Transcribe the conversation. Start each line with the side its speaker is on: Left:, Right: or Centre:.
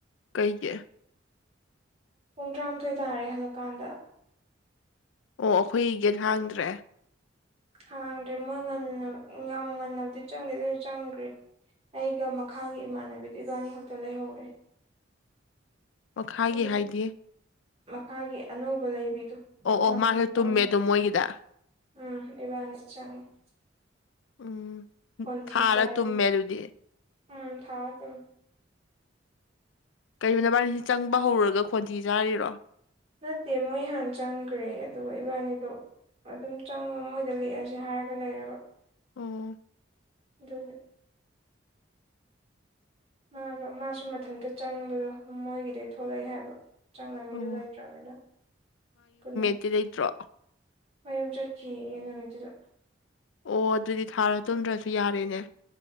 Left: ꯀꯩꯒꯦ
Right: ꯄꯨꯡ ꯇꯔꯥꯃꯥꯊꯣꯏ ꯇꯥꯔꯦ ꯍꯜꯂꯛꯀꯥꯟꯗ
Left: ꯑꯣ ꯑꯩꯈꯣꯏ ꯒꯦꯠ ꯍꯥꯡꯗ꯭ꯔꯦ
Right: ꯍꯥꯡꯗ꯭ꯔꯦ ꯃꯣꯏ ꯉꯟꯅ ꯌꯥꯝ ꯉꯟꯅꯕꯗꯤ ꯆꯪꯗꯦ ꯑꯗꯨꯁꯨ ꯆꯪꯒ꯭ꯔꯤ ꯑꯩꯒ ꯃꯈꯥꯒꯤ ꯏꯃꯥꯟꯅꯕꯤꯗꯨ ꯏꯕꯥꯅꯤ ꯈꯛꯇ ꯂꯩꯍꯧꯔꯦ
Left: ꯃꯈꯥꯒꯤ
Right: ꯑꯗꯨꯒꯤ
Left: ꯍꯥꯏꯗꯤ
Right: ꯃꯈꯥꯒꯤ ꯑꯅꯧꯕ ꯂꯩꯕꯤꯗꯨ
Left: ꯑꯣ ꯑꯣ
Right: ꯅꯥꯀꯣꯡ
Left: ꯃꯥꯁꯨ
Right: ꯇꯥꯅꯕ
Left: ꯇꯨꯝꯃꯦ ꯑꯗꯨꯝ ꯃꯣꯏꯒꯤꯗ
Right: ꯎꯝ ꯏꯕꯥꯅꯤ ꯆꯪꯉꯤ
Left: ꯎꯝ
Right: ꯍꯣꯟꯊꯤ
Left: ꯊꯥꯔ
Right: ꯆꯥꯏ
Left: ꯇꯨꯝꯃꯦ
Right: ꯑꯗꯨꯁꯨ
Left: ꯑꯗꯨꯗꯤ
Right: ꯎꯝ ꯊꯥ ꯇꯨꯝꯃꯦ
Left: ꯀꯩꯒꯤꯅꯣ ꯅꯕꯥꯅꯤꯁꯤ ꯆꯪꯕ ꯍꯧꯔꯒ ꯈꯣꯟꯊꯤ ꯆꯥꯔꯤꯔꯣ
Right: ꯅꯠꯇꯦ ꯃꯣꯏ ꯍꯥꯟ ꯆꯪꯈ꯭ꯔꯦ ꯑꯗꯨꯒ ꯏꯕꯥꯅꯤꯗꯣ ꯑꯗꯨꯝ ꯆꯪꯕ ꯃꯣꯏꯗ ꯂꯦꯛꯑꯁꯦ ꯍꯥꯏꯔꯒ ꯂꯩꯔꯕ
Left: ꯎꯝ
Right: ꯑꯗꯨꯒꯤ ꯃꯥꯒ ꯃꯥꯁꯨ ꯃꯊꯟꯇ ꯆꯪꯕꯗꯣ ꯃꯣꯏꯒꯤꯗꯩ ꯊꯣꯛꯂꯛꯏ ꯍꯥꯏꯕ ꯆꯪꯅꯉꯩꯗꯨ
Left: ꯎꯝ
Right: ꯂꯩꯇ꯭ꯔꯅꯤꯅ ꯄꯨꯟꯅ
Left: ꯗꯤ ꯂꯩꯇ꯭ꯔꯣ
Right: ꯃꯌꯨꯝ ꯆꯠꯈꯤ ꯅꯨꯃꯤꯠꯇꯨꯗ
Left: ꯑꯣ ꯑꯗꯨꯗꯤ ꯊꯥꯔ ꯆꯨꯝꯗ꯭ꯔꯁꯨ ꯌꯥꯔꯦꯅꯦ